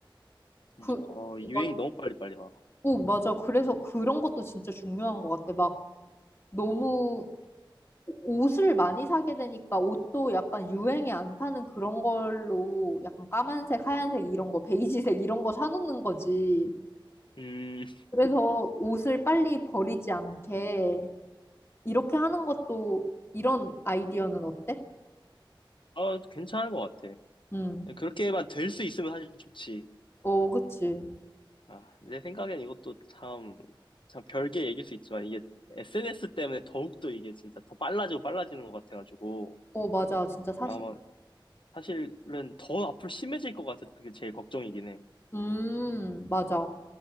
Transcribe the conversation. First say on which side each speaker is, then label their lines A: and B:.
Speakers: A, on the left; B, on the left.
A: 진짜,
B: 그,
A: 어, 유행이
B: 맞아.
A: 너무 빨리빨리 와.
B: 어, 맞아. 그래서 그런 것도 진짜 중요한 것 같아. 막 너무 옷을 많이 사게 되니까 옷도 약간 유행에 안 타는 그런 걸로 약간 까만색, 하얀색 이런 거, 베이지색 이런 거 사놓는 거지.
A: 음,
B: 그래서 옷을 빨리 버리지 않게 이렇게 하는 것도 이런 아이디어는 어때?
A: 아, 괜찮은 것 같아.
B: 음.
A: 그렇게만 될 수 있으면 사실 좋지.
B: 어, 그치.
A: 아, 내 생각엔 이것도 참, 참 별개 얘기일 수 있지만, 이게 SNS 때문에 더욱더 이게 진짜 더 빨라지고 빨라지는 것 같아가지고,
B: 어, 맞아. 진짜 사실.
A: 아마 사실은 더 앞으로 심해질 것 같아서 그게 제일 걱정이긴 해.
B: 음, 맞아.